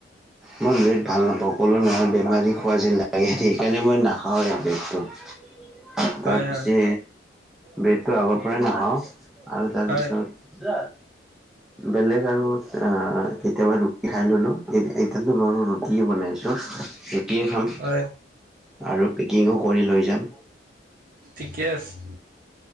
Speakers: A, in the centre; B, on the right (about 45°).
A: মই ব্ৰেড ভাল নাপাওঁ, ক'লো নহয় বেমাৰী খোৱা যেন লাগে সেইকাৰণে মই নাখাওঁ এই ব্ৰেডটো। তাৰ
B: হয়
A: পিছে
B: হয়
A: ব্ৰেডটো আগৰ পৰাই নাখাওঁ। আৰু তাৰপিছত
B: হয়
A: বেলেগ আৰু অ' কেতিয়াবা ৰুটি খাই ললো, এ এতিয়াটো বাৰু ৰুটিয়ে বনাইছোঁ ৰুটিয়ে খাম।
B: হয়
A: আৰু পেকিঙো কৰি লৈ যাম।
B: ঠিকে আছে,